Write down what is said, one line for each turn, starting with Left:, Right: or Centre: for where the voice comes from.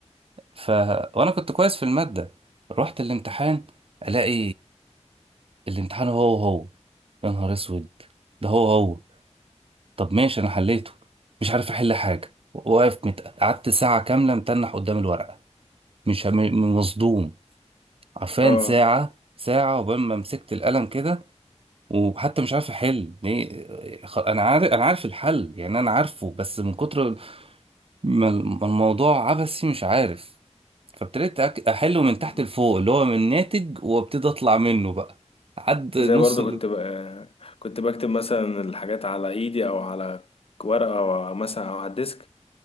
Right: ف وانا كنت كويس في الماده رحت الامتحان الاقي الامتحان هو هو يا نهار اسود ده هو هو طب ماشي انا حليته مش عارف احل حاجه واقف مت... قعدت ساعه كامله متنح قدام الورقه مش هم- مصدوم عارفين
Left: اه
Right: ساعة ساعة عقبال ما مسكت القلم كده وحتى مش عارف احل ليه خ- انا عارف انا عارف الحل يعني انا عارفه بس من كتر ما الم- ما الموضوع عبثي مش عارف فابتديت أك- احله من
Left: مم.
Right: تحت لفوق اللي هو من ناتج وابتدي اطلع منه بقى عد
Left: زي
Right: نص
Left: برضو كنت ب... كنت بكتب مثلا الحاجات على ايدي او على ورقه او مثلا او على الديسك